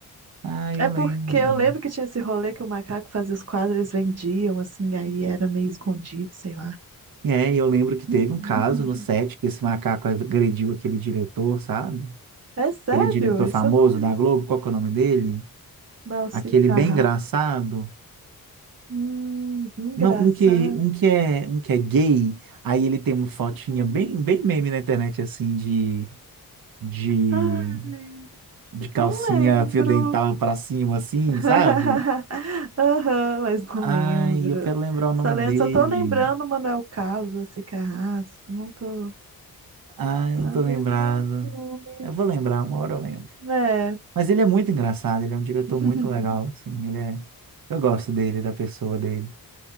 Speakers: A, on the right; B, on the right.
A: Ah, eu
B: É porque
A: lembro.
B: eu lembro que tinha esse rolê que o macaco fazia os quadros, eles vendiam, assim, aí era meio escondido, sei lá.
A: É, e eu lembro que teve
B: <laughs>
A: um caso no set que esse macaco agrediu aquele diretor, sabe?
B: É sério,
A: Aquele diretor
B: isso
A: famoso
B: eu não lembro.
A: da Globo, qual que é o nome dele?
B: Balsicarrar.
A: Aquele bem engraçado.
B: Hum, engraçado.
A: Não, um que, um que é, um que é gay, aí ele tem uma fotinha
B: Hum.
A: bem, bem meme na internet, assim, de, de,
B: Ai,
A: de calcinha
B: não lembro.
A: fio dental pra cima, assim,
B: <laughs>
A: sabe?
B: Aham, mas não
A: Ai,
B: lembro.
A: eu quero lembrar o nome
B: Só lembro,
A: dele.
B: só tô lembrando Manuel Carlos, Valsi Carrasco. Não tô.
A: Ah, eu não
B: sabendo
A: tô lembrado.
B: mais nomes.
A: Eu vou lembrar, uma hora eu lembro.
B: É,
A: Mas ele é muito engraçado, ele é um diretor
B: <laughs>
A: muito legal, assim, ele é... Eu gosto dele, da pessoa dele.